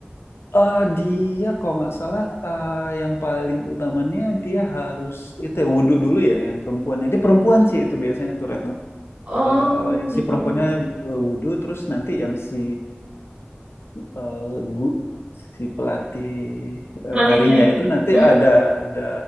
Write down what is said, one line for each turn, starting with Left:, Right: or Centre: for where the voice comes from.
Left: Eh, dia kalau nggak salah eh, yang paling utamanya dia harus itu ya wudhu dulu ya yang perempuannya. Dia perempuan sih itu biasanya tuh Retno.
Right: Oh,
Left: eh, yang
Right: gitu.
Left: si perempuannya eh, wudhu terus nanti yang si eh, gu- si pelatih eh,
Right: Latih
Left: tarinya
Right: tarinya.
Left: itu nanti
Right: Hmm?
Left: ada ada